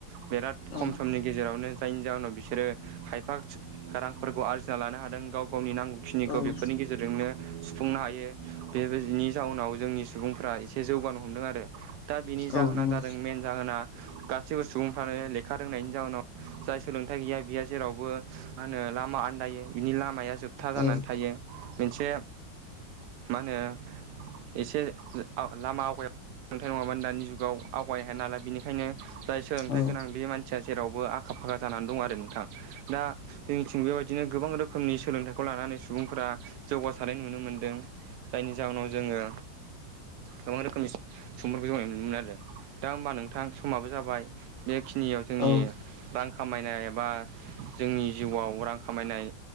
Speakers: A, on the right; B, on the left.
A: बिराद
B: औ
A: खम समनि गेजेरावनो जायनि जाहोनाव बिसोरो खायफा रांफोरखौ आरजिना लानो हादों गाव गावनि नांगौ खिनिखौ
B: औ
A: बेफोरनि गेजेरजोंनो सुफुंनो हायो बेनि जाउनाव जोंनि सुबुंफ्रा एसे जौगानो हमदों आरो दा बिनि जाहोना
B: औ नंगौ
A: जादों मेेन जाहोना गासैबो सुबुंफ्रानो लेखा रोंनायनि जाउनाव जाय सोलोंथाइ गैया बे जेरावबो मा होनो लामा आन्दायो बिनि लामाया जोब बथा जानानै
B: औ
A: थायो मोनसे मा होनो एसे लामा आवगायाथाय नङाबानो दानि जुगाव आवगायनो हाया नालाय बेनिखायनो जाय सोलोंथाइ
B: औ
A: गोनां बे मानसिया जेरावबो आखा फाखा जानानै दं आरो नोंथां। दा जोंथिं बेबायदिनो गोबां रोखोमनि सोलोंथाइखौ लानानै सुबुंफोरा जौगा सारनाय नुनो मोनदों जायनि जाहोनाव जोङो गोबां रोखोमनि सुबुंफोरखौ जोंनाय नुनो मोनो आरो। दा होमबा नोंथां समाबो जाबाय बेखिनियाव जोंनि
B: औ औ
A: रां खामायनाय एबा जोंनि जिउआव रां खामायनाय